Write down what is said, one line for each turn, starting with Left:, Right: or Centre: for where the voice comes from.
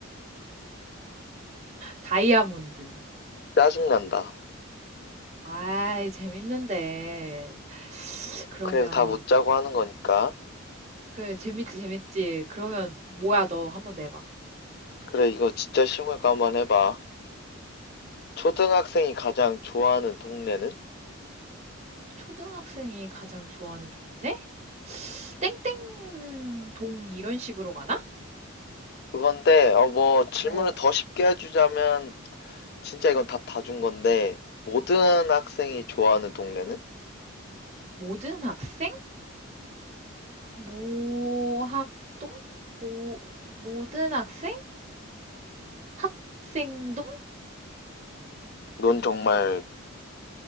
Right: 다이아몬드.
Left: 짜증난다.
Right: 아이, 재밌는데. 그러면,
Left: 그래도 다 못 짜고 하는 거니까.
Right: 그래, 재밌지, 재밌지. 그러면, 뭐야, 너 한번 내봐.
Left: 그래, 이거 진짜 쉬운 거 한번 해봐. 초등학생이 가장 좋아하는 동네는?
Right: 초등학생이 가장 좋아하는 동네? 땡땡 동, 이런 식으로 가나?
Left: 그건데, 어, 뭐, 질문을
Right: 뭐,
Left: 더 쉽게 해주자면, 진짜 이건 답 다 준 건데, 모든 학생이 좋아하는 동네는?
Right: 모든 학생? 모학동? 모, 모든 학생? 학생동?
Left: 넌 정말